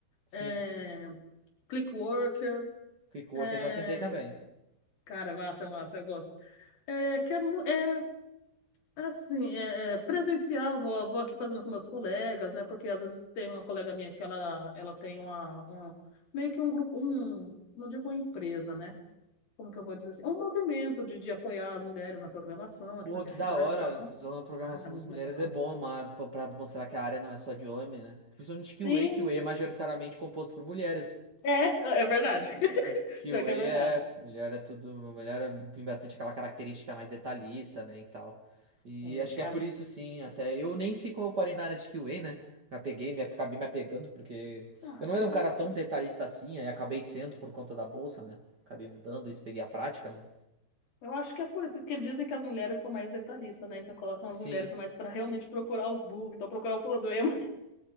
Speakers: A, on the right; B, on the left.
A: Sim,
B: É, Clickworker.
A: Quickwork
B: É...
A: eu já tentei também.
B: Cara, massa, massa, eu gosto. É, que é, mu- é Assim, é, é, presencial, vou, vou aqui fazendo com meus colegas, né? Porque às vezes tem uma colega minha que ela, ela tem uma, uma- meio que um grupo, um, não digo uma empresa, né? Como que eu vou dizer assim? É um movimento de, de apoiar as mulheres na programação aqui
A: Pô,
B: na minha
A: que
B: cidade,
A: da hora,
B: então,
A: a inclusão na programação
B: cara, muito
A: das mulheres
B: legal.
A: é bom, mas pra pra mostrar que a área não é só de homem, né? Principalmente que
B: Sim,
A: o QA, que o QA é majoritariamente composto por mulheres.
B: é, é verdade. <laughs>
A: QA
B: Pior que é
A: é,
B: verdade.
A: mulher é tudo, mulher é- tem bastante aquela característica mais detalhista, né, e tal. E
B: É,
A: acho que
B: Cara,
A: é por isso, sim, até eu nem sei como eu parei na área de QA, né? Eu peguei, me, acabei me apegando, porque
B: ah,
A: eu não
B: legal,
A: era um cara tão
B: pô.
A: detalhista assim, aí acabei sendo por conta da bolsa, né? Acabei mudando isso, peguei a prática, né?
B: Eu acho que é por isso que eles dizem que as mulheres são mais detalhistas, né? Então colocam
A: Sim,
B: as mulheres mais para realmente procurar os bugs, então procurar o problema.